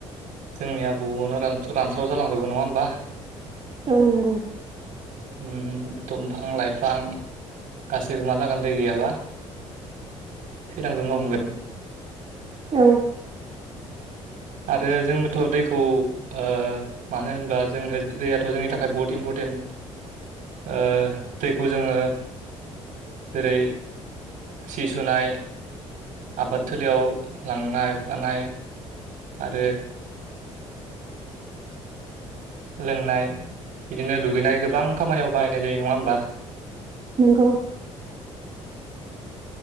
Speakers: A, on the right; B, on the right.
A: जोंनिया बुवानो रानस्राव रानस्राव जालांजोबगोन नङा होमबा।
B: औ नोंगौ।
A: ओम दंफां लाइफां गासैबो मा जागोन दै गैयाबा थैलांजोबनो हमगोन।
B: औ
A: आरो जोंनोथ' दैखौ ओ मानो होनबा जोंनो दैयाथ' जोंनि थाखाय बहुत इम्पर्टेन्ट ओ दैखौ जोङो जेरै सि सुनाय आबाद थोलियाव लांनाय बानाय आरो लोंनाय बिदिनो दुगैनाय गोबां खामानियाव बाहायनाय जायो नङा होमबा
B: नोंगौ।